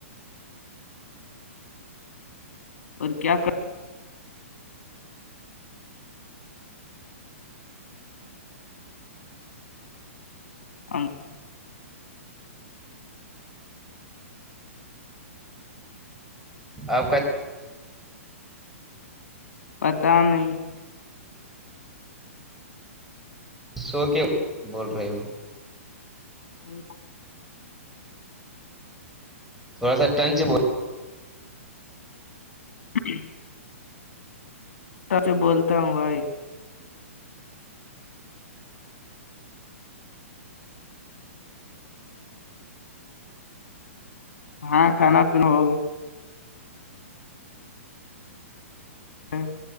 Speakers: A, on the left; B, in the centre.
A: اور کیا کر ہ <unintelligible> <inaudible>
B: آپ کا
A: پتہ نہیں
B: سو کے بول رہے ہو
A: ہوں <unintelligible> <inaudible>
B: تھوڑا سارٹ انے <inaudible>
A: جویے <unintelligible> <inaudible> سچ بولتا ہوں بھائی ہاں کھانا پینا ہوگی ہ <unintelligible> <unintelligible>